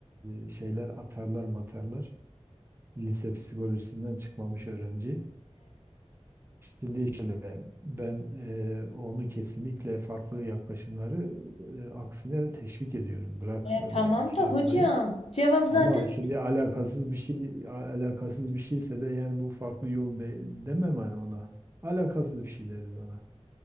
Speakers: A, on the right (about 20°); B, on the left (about 65°).
A: e, şeyler atarlar matarlar. Lise psikolojisinden çıkmamış öğrenci. Şimdi şöyle ben e, onu kesinlikle farklı yaklaşımları e, aksine teşvik ediyorum. Bırak
B: E,
A: böyle
B: tamam
A: şey
B: da
A: yapmayı.
B: hocam cevap zaten.
A: Ama şimdi alakasız bir şey alakasız bir şeyse de yani bu farklı yol de, demem hani ona. Alakasız bir şey deriz ona.